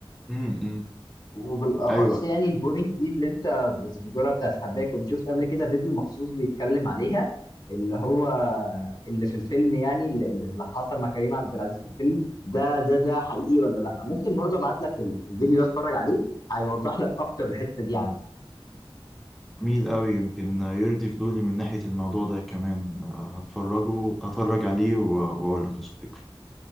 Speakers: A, in the centre; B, on the left.
A: امم
B: وبالاخص
A: ايوه
B: يعني البوينت دي اللي انت بتذكرها بتاعت الحبايه كنت شفت قبل كده فيديو مخصوص بيتكلم عليها اللي هو اللي في الفيلم يعني اللي اللي حصل مع كريم عبد العزيز في الفيلم ده ده ده حقيقي ولا لا ممكن برضه ابعت لك ال- الفيديو ده اتفرج عليه هيوضح لك اكتر الحته دي عندي
A: جميل قوي يمكن يرضي فضولي من ناحية الموضوع ده كمان آه، هتفرجه هتفرج عليه و- واقول لك يا صديقي